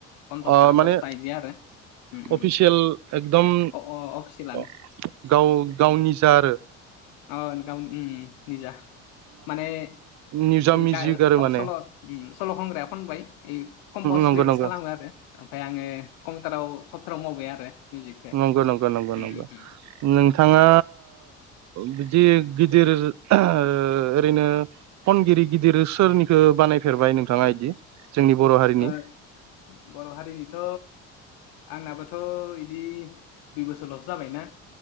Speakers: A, on the left; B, on the right.
A: पन्द्रथा
B: ओ माने
A: दसथा एदि आरो उम उम
B: अफिसियेल एकदम
A: अ अ अफिसियेलानो
B: ओ गाव गाव निजा आरो
A: अ नोंथां उ उ निजा माने
B: निजा
A: ग
B: मिउजिक आरो माने
A: सल' सल खंग्राया खनबाय कमपस
B: नंगौ
A: लिरिक्स
B: नंगौ
A: खालामो आरो ओमफफ्राय आङो कम्पिउटाराव सब्टावाराव मावबाय आरो मिउजिकखौ
B: नंगौ नंगौ नंगौ
A: उम
B: नंगौ
A: उम
B: नोंथाङा बिदि गिदिर ओ ओरैनो खनगिरि गिदिर सोरनिखो बानायफेरबाय नोंथाङा बिदि जोंनि बर हारिनि
A: उम बर' हारिनिथ' आंनाबोथ' बिदि दुय बसरल'सो जाबायना